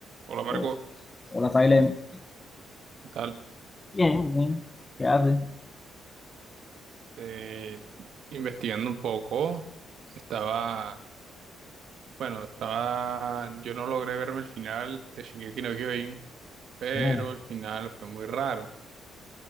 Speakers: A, on the right (about 70°); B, on the left (about 25°).
A: Hola Marco,
B: O, hola, Silent.
A: ¿qué tal?
B: Bien, bien. ¿Qué hace?
A: Eh, investigando un poco, estaba, bueno, estaba, yo no logré verme el final de Shingeki no Kyojin, pero
B: Oh,
A: el final fue muy raro,